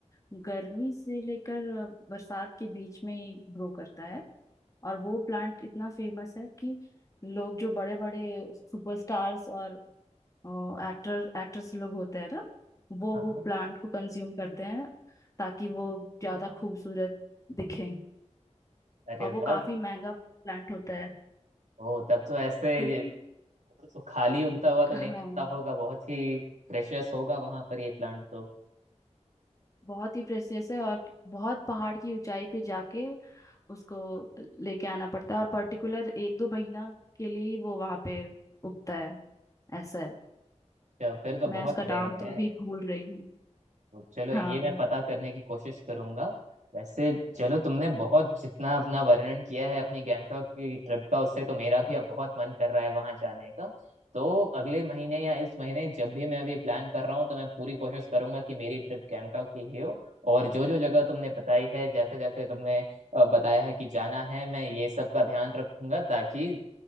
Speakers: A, on the left; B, on the right.
A: गर्मी से लेकर अ, बरसात के बीच में ही ग्रो करता है और वो प्लांट इतना फेमस है कि लोग जो बड़े बड़े सुपरस्टार्स और एक्टर एक्ट्रेस लोग होते हैं ना वो
B: हाँ
A: वो
B: हाँ
A: प्लांट को कंज्यूम करते हैं ताकि वो ज्यादा खूबसूरत दिखें
B: अरे
A: और वो
B: वाह
A: काफी महंगा प्लांट होता है
B: ओ तब तो ऐसे
A: क्योंकि
B: ये- खाली उगता हुआ तो
A: हाँ
B: नहीं मिलता होगा बहुत ही प्रेशियस होगा वहां पर ये प्लांट तो
A: बहुत ही प्रेशियस है और बहुत पहाड़ की ऊंचाई पे जाके उसको लेके आना पड़ता है और पर्टिकुलर एक दो महीना के लिए ही वो वहां पे उगता है ऐसा है
B: क्या- फिर तो बहुत
A: मैं उसका
B: रेयर
A: नाम तो
B: है
A: अभी भूल रही हूँ
B: तो चलो
A: हाँ
B: ये मैं पता करने की कोशिश करूंगा वैसे चलो तुमने बहुत जितना अपना वर्णन किया है अपनी गैंगटॉक की ट्रिप का उससे तो मेरा भी अब बहुत मन कर रहा है वहां जाने का तो अगले महीने या इस महीने जब भी मैं अभी प्लान कर रहा हूँ तो मैं पूरी कोशिश करूंगा कि मेरी ट्रिप गैंगटॉक की ही हो और जो जो जगह तुमने बताई है जैसे जैसे तुमने अ, बताया है कि जाना है मैं ये सब का ध्यान रखूंगा ताकि